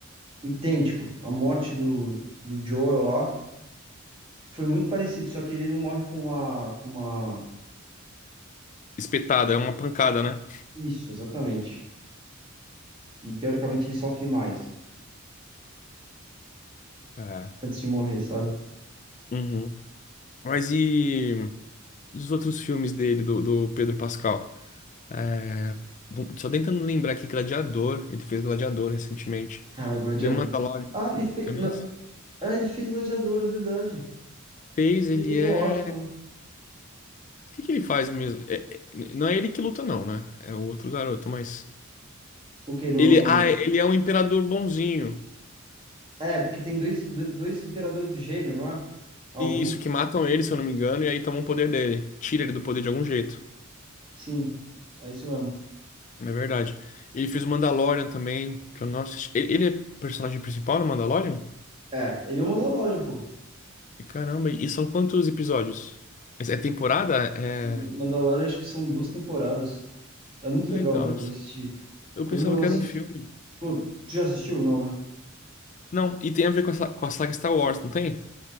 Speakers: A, on the right; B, on the left.
A: idêntico. A morte do, do Joel lá foi muito parecido, só que ele não morre com uma, com uma.
B: espetada, é uma pancada, né?
A: Isso, exatamente. E teoricamente ele sofre mais
B: É.
A: antes de morrer, sabe?
B: Uhum. Mas e, e os outros filmes dele, do, do Pedro Pascal? É, bom, só tentando lembrar aqui, Gladiador, ele fez Gladiador recentemente.
A: Cara, Gladiador.
B: The Mandalorian.
A: Ah, ele fez.
B: Eu
A: Não.
B: não
A: Ah, ele fez Gladiador, é verdade.
B: fez, ele
A: Ele fez
B: é.
A: Washington.
B: O que que ele faz mesmo? É- é- não é ele que luta, não, né? É o outro garoto, mas.
A: O quê? No,
B: Ele,
A: no...
B: ah, ele é um imperador bonzinho.
A: É, porque tem dois, dois imperadores de gêmeo, não é? Albi?
B: Isso, que matam ele, se eu não me engano, e aí tomam o poder dele. Tira ele do poder de algum jeito.
A: Sim. É isso mesmo.
B: É verdade. Ele fez o Mandalorian também, que eu não assisti. Ele, ele é personagem principal no Mandalorian?
A: É, ele é o Mandalorian, pô.
B: Caramba, e são quantos episódios? É é temporada? É.
A: Mandalorian acho que são duas temporadas. É muito
B: Que
A: legal,
B: legal.
A: velho, de assistir.
B: Eu
A: Quando
B: pensava
A: eu
B: que
A: assisto.
B: era um filme.
A: Pô, tu já assistiu? Não, né?
B: Não, e tem a ver com a, sa- com a saga Star Wars, não tem?